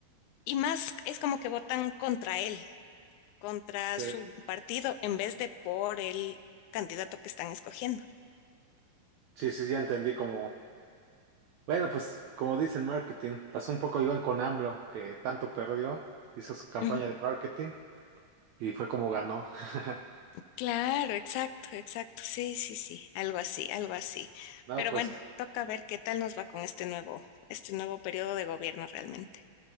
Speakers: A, on the left; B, on the right.
A: Y más es como que votan contra él, contra
B: Eh,
A: su partido, en vez de por el candidato que están escogiendo.
B: Sí, sí, ya entendí como, bueno, pues como dicen marketing, pasó un poco igual con AMLO, que tanto perdió, hizo su campaña
A: Ujú.
B: de marketing y fue como ganó. <laughs>
A: Claro, exacto, exacto. Sí, sí, sí, algo así, algo así.
B: No,
A: Pero
B: pues
A: bueno, toca ver qué tal nos va con este nuevo, este nuevo periodo de gobierno realmente.